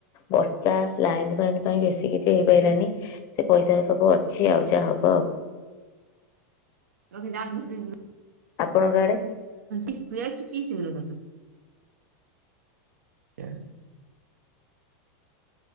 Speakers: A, on the left (about 45°); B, on the right (about 85°).
A: ବର୍ସ୍ତା ଲାଇନ ଫାଇନ ପାଇଁ ବେଶୀ ସେ କିଛି ହେଇପାରିଲାନି ସେ ପଇସାର ସବୁ ଅଛି ଆଉ ଯାହା ହବ ଆଉ।
B: ଲକି ନାସ ଭ <unintelligible>
A: ଆପଣଙ୍କ ଆଡେ
B: କିଛି ଗ କଥା <unintelligible> କ <unintelligible>